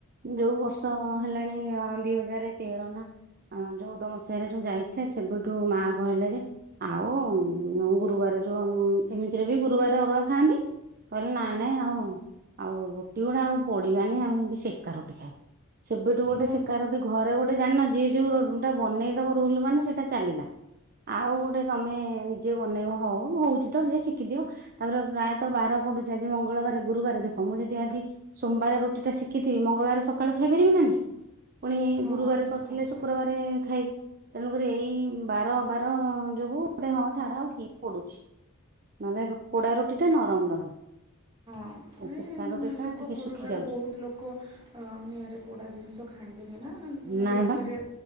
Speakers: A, on the right (about 45°); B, on the right (about 25°).
A: ଯୋଉ ବର୍ଷ ହେଲାଣି ଦି ହଜାର ତେର ନା ଅ ଯଉ ତମ ସିଆଡେ ଯୋଉ ଯାଇଥିଲେ ସେବୁଠୁ ମା କହିଲେ ଯେ ଆଉ ଗୁରୁବାର ଯୋଉ ଏମିତିରେ ବି ଗୁରୁବାର ଅରୁଆ ଖାଆନ୍ତି। କହିଲେ ନାଇଁ ନାଇଁ ଆଉ ଆଉ ରୁଟି ଗୁଡା ଆଉ ପଡିବାନି ଆମେ ଏମତି ସେକା ରୁଟି ଖାଉ। ସେବେଠୁ ଗୋଟେ
B: ହଁ
A: ଶୀକାର ଘରେ ଗୋଟେ ଜାଣିନ ଯିଏ ଯୋଉଟା ବନେଇ ଦବ ରୁଲ ମାନେ ସେଇଟା ଚାଲିଲା। ଆଉ ଗୋଟେ ତମେ ନିଜେ ବନେଇବ ହେଉ। ହଉଛି ତ ଯଏ ଶିଖି ଦିଅ ତାପରେ ପ୍ରାୟତଃ ବାର ପଡୁଛି ଆଜି ମଙ୍ଗଳବାର ଗୁରୁବାର ଦେଖ ମୁଁ ଯଦି ଆଜି ସୋମବାର ରୁଟି ଟା ସେକିଥିବି ମଙ୍ଗଳବାର ସକାଳୁ ଖାଇପାରିବି ନା ନାଁଇ। ପୁଣି
B: ହଁ
A: ଗୁରୁବାର
B: ଠିକ୍
A: କରିଥିଲେ
B: କଥା
A: ଶୁକ୍ରବାର ଖାଇବି। ତେଣୁକରି ଏଇ ବାର ବାର ଯୋଗୁ ଗୋଟେ ହଁ ଝାଡା ଆଉ କିଏ ପଡୁଛି। ମାନେ ପୋଡା ରୁଟି ଟା ନରମ ରହେ।
B: ହଁ
A: ସେକା
B: ଏ
A: ରୁଟି ଟା
B: ଲୋକ
A: ଟିକେ
B: ଗୁରୁବାର
A: ଶୁଖି ଯାଉଛି।
B: ବହୁତ ଲୋକ ନିଆରେ ପୋଡ଼ା ଜିନିଷ। ଖାଇଦେବେ ନା ମାନେ
A: ନାଇଁ
B: ରୁଟିରେ
A: ବା